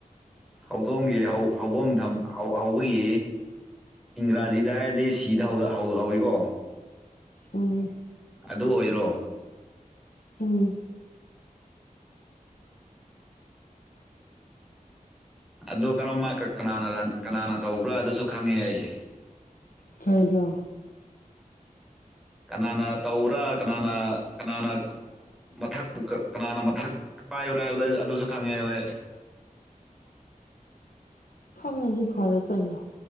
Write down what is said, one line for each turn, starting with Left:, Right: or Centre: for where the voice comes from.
Centre: ꯍꯧꯗꯣꯡꯒꯤ ꯍꯧ ꯍꯧꯕꯝꯊꯝꯍꯧ ꯍꯧꯕꯒꯤ ꯏꯪꯒ꯭ꯔꯥꯖꯤꯗ ꯍꯥꯏꯔꯗꯤ ꯁꯤꯗ ꯍꯧ ꯍꯧꯋꯤꯀꯣ
Left: ꯎꯝ
Centre: ꯑꯗꯨ ꯑꯣꯏꯔꯣ
Left: ꯎꯝ
Centre: ꯑꯗꯨ ꯀꯔꯝꯃ ꯀ ꯀꯅꯥꯅ ꯂꯥꯟ ꯀꯅꯥꯅ ꯇꯧꯕ꯭ꯔꯥ ꯑꯗꯨꯁꯨ ꯈꯪꯉꯦ ꯑꯩ
Left: ꯀꯩꯅꯣ
Centre: ꯀꯅꯥꯅ ꯇꯧꯕꯔꯥ ꯀꯅꯥꯅ ꯀꯅꯥꯅ ꯃꯊꯛꯄꯨ ꯀ ꯀꯅꯥꯅ ꯃꯊꯛ ꯄꯥꯏꯕ꯭ꯔꯥ ꯍꯥꯢꯕꯗꯣ <unintelligible> ꯑꯗꯨꯖꯨ ꯈꯪꯉꯦꯕ ꯑꯩ
Left: ꯈꯪꯉꯗꯤ ꯐꯔꯦ ꯀꯩꯅꯣ